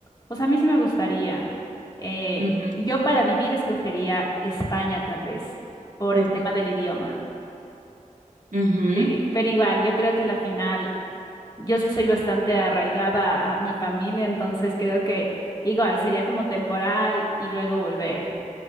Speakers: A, on the left; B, on the right.
A: Pues a mí sí me gustaría. Eh,
B: Ujú,
A: yo para vivir escogería España tal vez, por
B: ok,
A: el tema del idioma.
B: ujú.
A: Sí, pero igual, yo creo que a la final, yo sí soy bastante arraigada a mi familia, entonces creo que igual sería como temporal y luego volver.